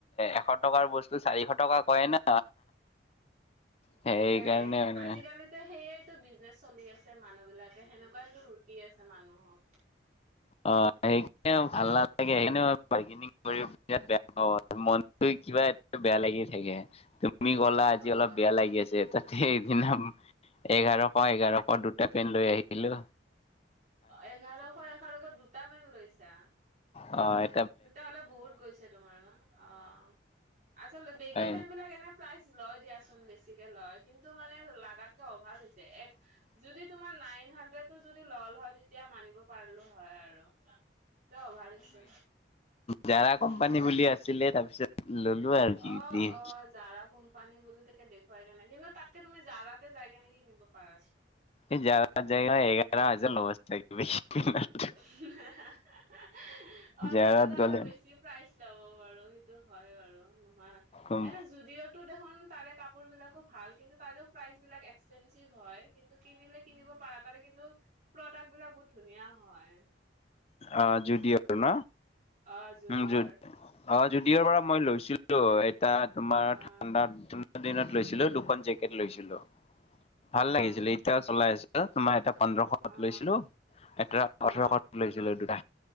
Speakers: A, on the left; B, on the right.
A: এশ টকাৰ বস্তু চাৰিশ টকা কয় না সেইকাৰণে
B: সেইয়া
A: মানে
B: আজিকালিতো সেইয়াটো বিজনেচ চলি আছে মানুহ বিলাকে, সেনেকুৱাটো লুটি আছে মানুহবিলাকক।
A: অ' সেই ভাল নালাগে সেইকাৰণে বাৰ্গেনিং কৰিও বিৰাত বেয়া পাওঁ মনটো কিবা এ বেয়া লাগি থাকে। তুমি ক'লা আজি
B: অ
A: অলপ বেয়া লাগি আছে তাতে সেইদিনা এঘাৰশ এঘাৰশ দুটা টা পেন লৈ আহিলো।
B: অ' এঘাৰশ এঘাৰশ দুটা পেন লৈছা?
A: হয়।
B: দুটা হলে বহুত গৈছে তোমাৰ ন' অ' আচলতে বেগী
A: হয়,
B: পেণ্ট বিলাক এনে প্ৰাইজ লয় দিয়াচোন বেছিকে লয় কিন্তু মানে লাগাতকে অভাৱ হৈছে এক যদি তোমাৰ নাইন হানড্ৰেড ও যদি ল'লে হয় এতিয়া মানিব পাৰলো হয় আৰু ক অভাৰ হৈছে।
A: জাৰা কোম্পানী
B: উম
A: বুলি আছিলে তাৰ পিছত ললো আৰু কিনি।
B: অ অ জাৰা কোম্পানী বুলি তাকে দেখুৱাই কেনে কিন্তু তাতকে তুমি জাৰাতে যাই কেনে কিনিব পাৰাছোন।
A: এই জাৰাত যায় কিনে এঘাৰ হাজাৰ লয় তাক <inaudible>
B: অ'
A: জাৰাত
B: তাতেতো
A: গ'লে
B: আৰু বেছি প্ৰাইজ ল'ব বাৰু সেইটো হয় বাৰু নহোৱা নাই
A: উম
B: এনে য'দিঅত দেখোন তাৰে কাপোৰ বিলাকো ভাল কিন্তু তাৰেও প্ৰাইচ বিলাক এক্সপেসিভ হয়। কিন্তু কিনিলে কিনিব পাৰা তাৰে কিন্তু প্ৰডাক্ট বিলাক বহুত ধুনীয়া হয়।
A: অ' য'দিঅ ত ন?
B: অ' য'দিঅ
A: উম জু
B: ৰ।
A: অ' য'ডিঅৰ পৰা মই লৈছিলো এতিয়া তোমাৰ
B: অ
A: ঠাণ্ডাত দিনত লৈছিলো দুখন জেকেট লৈছিলো ভাল
B: অ
A: লাগিছিলে এতিয়া চলাই আছো তোমাৰ এটা পোন্ধৰশত
B: অ
A: লৈছিলো এটা ওঠৰশত
B: অ
A: লৈছিলো দুটা।